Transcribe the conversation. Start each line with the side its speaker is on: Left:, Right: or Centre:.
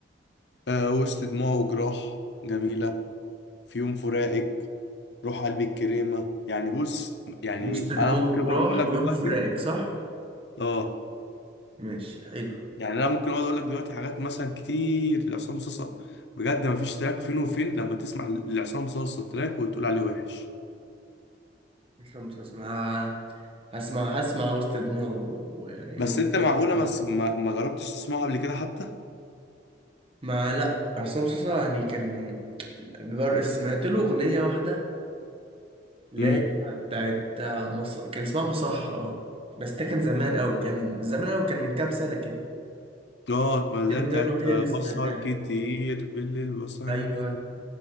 Left: أه وسط دموع وجراح جميلة في يوم فراقك روح قلبي الكريمة يعني بص يعني
Right: وسط
Left: أنا
Right: دماغه
Left: ممكن أقعد
Right: راح
Left: أقول لك
Right: ويوم
Left: دلوقتي
Right: فراقك صح؟
Left: أه
Right: ماشي حلو
Left: يعني أنا ممكن أقعد أقول لك دلوقتي حاجات مثلا كتير لعصام صوصة بجد مفيش تراك فين وفين لما تسمع لعصام صوصة تراك وتقول عليه وحش
Right: اسمع مسلسل ه- هسمع هسمع وسط دماغه ويوم
Left: بس أنت
Right: فراقك
Left: معقولة
Right: ده.
Left: ما ما ما جربتش تسمعه قبل كده حتى؟
Right: ما لا عصام مسلسل يعني كان جار سمعت له أغنية واحدة لا
Left: مم.
Right: بتاعت مص... كان اسمها مصحة اه بس ده كان زمان قوي كان زمان قوي كان من كام سنة كده
Left: اه اللي
Right: دي الأغنية
Left: هي بتاعت
Right: الوحيدة اللي سمعتها
Left: بسهر
Right: له.
Left: كتير بالليل وصاحب
Right: أيوه